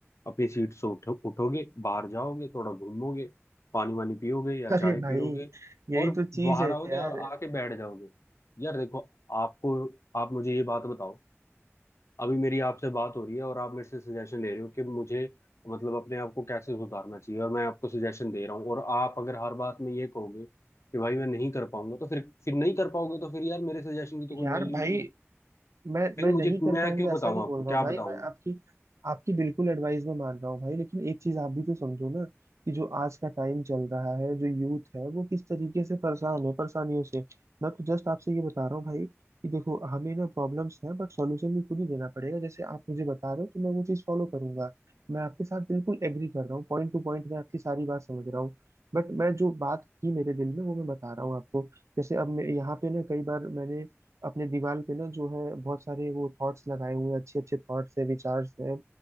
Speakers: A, on the left; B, on the right.
A: अपनी सीट से उठो उठोगे बाहर जाओगे थोड़ा घूमोगे पानी वानी पियोगे
B: <laughs>
A: या
B: अरे
A: चाय पियोगे
B: भाई यही
A: और
B: तो चीज
A: बाहर
B: है
A: आओगे
B: यार
A: और आके बैठ जाओगे यार देखो आपको आप मुझे ये बात बताओ अभी मेरी आपसे बात हो रही है और आप मेरे से सजेशन ले रहे हो कि मुझे मतलब अपने आप को कैसे सुधारना चाहिए और मैं आपको सजेशन दे रहा हूँ और आप अगर हर बात में ये कहोगे कि भाई मैं नहीं कर पाऊंगा तो फिर फिर नहीं कर पाओगे तो फिर यार मेरे सजेशन की तो कोई
B: यार
A: वैल्यू
B: भाई
A: ही नहीं है
B: मैं
A: फिर
B: मैं नहीं
A: मुझे
B: कर
A: मैं
B: पाऊंगा
A: क्यों बताऊं
B: ऐसा नहीं
A: आपको
B: बोल
A: क्या
B: रहा हूँ भाई
A: बताऊं
B: मैं
A: मैं
B: आपकी आपकी बिल्कुल एडवाइस में मान रहा हूँ भाई लेकिन एक चीज आप भी तो समझो ना कि जो आज का टाइम चल रहा है जो यूथ है वो किस तरीके से परेशान है परेशानियों से मैं तो जस्ट आपसे ये बता रहा हूँ भाई कि देखो हमें ना प्रॉब्लम्स हैं बट सॉल्यूशन भी खुद ही देना पड़ेगा जैसे आप मुझे बता रहे हो तो मैं वो चीज फॉलो करूंगा मैं आपके साथ बिल्कुल एग्री कर रहा हूँ पॉइंट टू पॉइंट मैं आपकी सारी बात समझ रहा हूँ बट मैं जो बात थी मेरे दिल में वो मैं बता रहा हूँ आपको जैसे अब मैं यहाँ पे ना कई बार मैंने अपने दीवार पे ना जो है बहुत सारे वो थॉट्स लगाए हुए हैं अच्छे अच्छे थॉट्स है विचार्स है